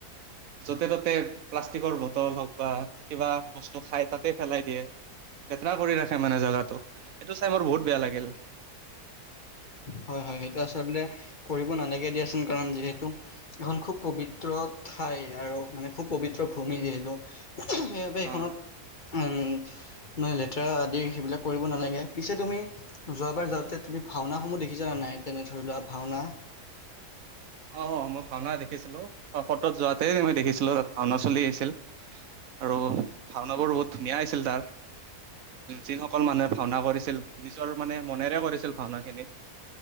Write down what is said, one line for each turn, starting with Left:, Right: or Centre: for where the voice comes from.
Right: য'তে -ত-'তে প্লাষ্টিকৰ বটল হওক বা কিবা বস্তু খাই তাতে পেলাই দিয়ে লেেতৰা কৰি ৰাখে মানে জেগাটো সটো চাই মোৰ বহুত বেয়া লাগিল
Left: হয়- হয় সেইটো আচলতে কৰিব নালাগে দিয়াচোন কাৰণ যিহেতু এখন খুব পবিত্ৰ ঠাই আৰু মানে খুব পবিত্ৰ ভূমি যিহেতু সেইবাবে এইখনত
Right: অ
Left: উম উ নয় লেতেৰা আদি সেইবিলাক কৰিব নালাগে পিছে তুমি যোৱাবাৰ যাওঁতে তুমি ভাওনাসমূহ কি জনা নাই তেনে ধৰি লোৱা ভাওনা
Right: অ মই ভাওনা দেখিছিলো সত্ৰত যোৱাতে মই দেখিছিলো তাত ভাওনা চলি আহিছিল আৰু ভাওনাবোৰ বহুত ধুনীয়া আছিল তাৰ যিসকল মানুহে ভাওনা কৰিছিল নিজৰ মানে মনেৰে কৰিছিল ভাওনা খিনি